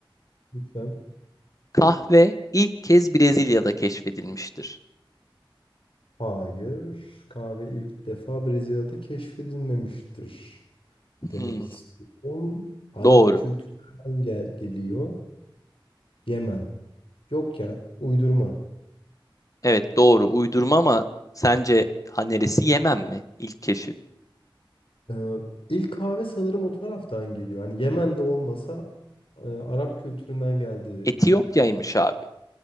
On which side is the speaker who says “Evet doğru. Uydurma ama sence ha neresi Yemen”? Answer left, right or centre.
Left